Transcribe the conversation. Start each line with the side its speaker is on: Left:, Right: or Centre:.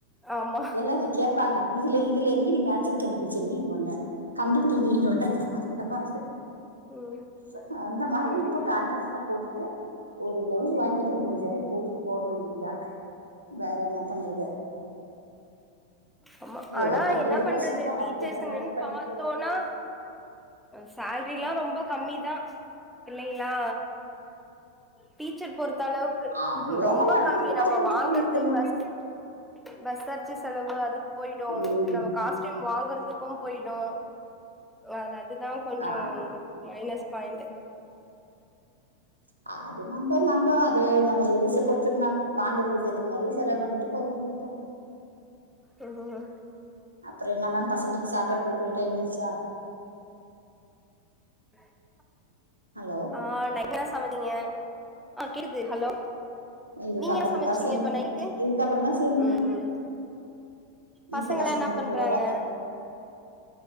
Centre: ஆமா
Right: எல்லா என்ன கேப்பாங்க இதுல இதுல எங்கிடி மேச்சிங் கண்டுபுடிச்ச நீண்வாங்க கண்டுபிடி நீன்ருவே அந்த மாதி
Centre: ம்
Right: அ அந்த மாரி
Centre: ம்
Right: இப்ப கான்ட்ரஸ்ட்டா போட்டுட்டு ஒரு ப்ளவுஸ் வாங்கிட்டு மூணு ஜரி போட்டுட்டு போக வேண்டிய்தா வேற என்ன பண்றது
Centre: ஆமா ஆனா
Right: ஒர்க்
Centre: என்னா பண்றது
Right: கஷ்டம் தான்
Centre: டீச்சஸ்ஸுங்குன்
Right: அதுக்கேத்த மாதிரி பண்ணிட்டு
Centre: பாத்தோனா
Right: போகணும்.
Centre: சால்ரில்லா ரொம்ப கம்மிதா இல்லைங்களா டீச்சர் பொறுத்த அளவுக்கு
Right: அதே
Centre: ரொம்ப
Right: நம்ம அதுக்கேத்த
Centre: கம்மி
Right: மாதிரி
Centre: நம்ம
Right: போயிட்டு
Centre: வாங்குற்து
Right: இருக்க வேண்டியதுதான்
Centre: பஸ் பஸ்சார்ச்சு செலவு அதுக்கு போய்டு
Right: உம்
Centre: நம்ம காஸ் ச்சும் வாங்குற்துக்கும் போய்டு அன் அதுதா கொஞ்சொம்
Right: ஆ,
Centre: மைனஸ் பாய்ண்ட்டு
Right: ஆ அது நம்ப நம்ப அதே நம்ப லேடிஸ் செபோட் திர்னா வாங்குற்துக்கேத்தமாறி செலவு பண்ணிட்டு போகவேண்டிதா
Centre: அஅஆ
Right: அப்று என்னா மேம் பசங்களுக்கு சாப்பாடு குடுக்குற டைமெயிர்ச்சா
Centre: ஆ
Right: ஹலோ
Centre: ஆ நைனா சமதிங்க ஆ கேது ஹலோ
Right: இதுக்கு
Centre: நீங்
Right: அப்புறம்
Centre: ஏ சமச்சீங்க
Right: தான் செய்யணும்
Centre: இப்ப நைக்கு
Right: இதுக்கு அப்புறம் தான் செய்யணும்
Centre: உம் உம் பசங்கலா
Right: இப்பதா சமைக்க
Centre: என்னா பண்றாங்க
Right: போறே